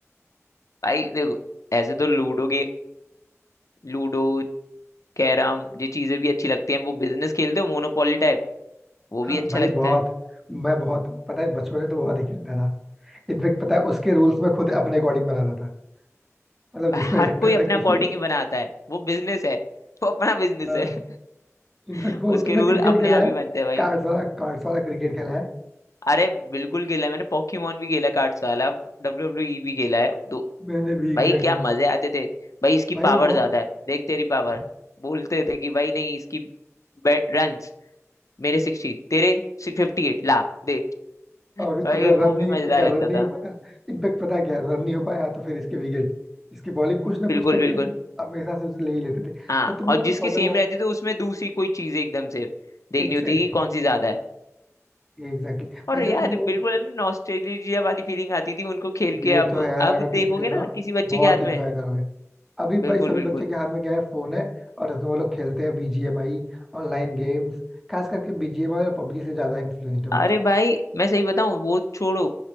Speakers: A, on the left; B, in the centre.
A: भाई देखो ऐसे तो लूडो के लूडो कैरम ये चीजें भी अच्छी लगती हैं वो बिजनेस खेलते हो मोनोपोली टाइप वो
B: हाँ
A: भी अच्छा
B: भाई
A: लगता
B: बहुत
A: है
B: मैं बहुत पता है बचपन में तो बहुत ही खेलता था इनफेक्ट पता है उसके रूल्स में खुद अपने अकॉर्डिंग बनाता था मतलब
A: भाई
B: जिसमें
A: हर
B: लगता
A: कोई अपने
B: था कि
A: अकॉर्डिंग
B: ये
A: ही बनाता है वो बिजनेस है वो अपना बिजनेस
B: हाँ,
A: है
B: इनफैक्ट
A: <laughs>
B: वो
A: उसके
B: तुमने
A: रूल
B: क्रिकेट
A: अपने
B: खेला
A: आप
B: है
A: ही बनते हैं भाई
B: कार्ड्स वाला कार्ड्स वाला क्रिकेट खेला है
A: अरे बिल्कुल खेला है मैंने पोकेमोन भी खेला कार्ड्स वाला डब्ल्यू डब्ल्यू ई भी खेला है दो
B: मैंने भी एग्जैक्टली
A: भाई क्या
B: exactly.
A: मजे आते थे भाई इसकी
B: भाई
A: पावर
B: वो बहुत
A: ज्यादा है देख तेरी पावर
B: हाँ,
A: बोलते थे कि भाई नहीं इसकी रन मेरे सिक्सटी तेरे फिफ्टी एट ला दे <laughs>
B: और
A: भाई
B: अगर रन
A: वो भी
B: नहीं
A: मजेदार
B: अगर
A: लगता
B: रन नहीं
A: था
B: हो पाया इनफैक्ट पता है क्या रन नहीं हो पाया तो फिर इसके विकेट इसकी बॉलिंग कुछ ना
A: बिल्कुल
B: कुछ करके
A: बिल्कुल
B: मतलब हमेशा से उसे ले ही लेते थे अच्छा
A: हाँ
B: तुमने
A: और
B: वो
A: जिसके
B: पजल
A: सेम रहते थे उसमें दूसरी कोई चीज एकदम से देखनी
B: एग्जैक्टली
A: होती थी कि कौन सी ज्यादा है
B: एग्जैक्टली
A: और
B: वैसे
A: यार
B: तुमने वो
A: बिल्कुल है ना नॉस्टैल्जिया वाली फीलिंग आती थी उनको खेल
B: ये
A: के अब
B: तो है यार
A: अब
B: अगर तुम
A: देखोगे
B: खेलो
A: ना
B: ना
A: किसी बच्चे
B: बहुत
A: के हाथ
B: एंजॉय
A: में
B: करोगे अभी
A: बिल्कुल
B: भाई सभी
A: बिल्कुल
B: बच्चे के हाथ में क्या है फोन है और उसमें वो लोग खेलते हैं बीजीएमआई ऑनलाइन गेम्स खास करके बीजीएमआई और पबजी से ज्यादा इन्फ्लुएंस्ड है बच्चे
A: अरे भाई
B: तो
A: मैं सही बताऊं वो छोड़ो